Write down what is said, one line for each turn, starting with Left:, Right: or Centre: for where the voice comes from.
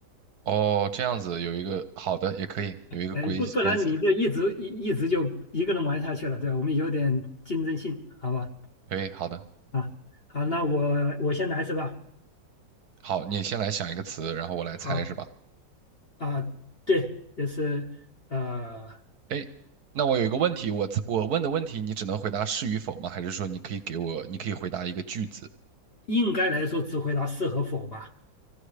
Right: 哦，这样子有一个好的也可以，有一个规规则，
Left: 哎，不不然你就一直一一直就一个人玩下去了，对吧？我们有点竞争性，好吧？
Right: 可以，好的，
Left: 啊，好，那我我先来是吧？
Right: 好，你先来想一个词，然后我来猜是吧？
Left: 好啊，对，就是呃，
Right: 哎，那我有一个问题，我我问的问题你只能回答是与否吗？还是说你可以给我，你可以回答一个句子？
Left: 应该来说只回答是和否吧。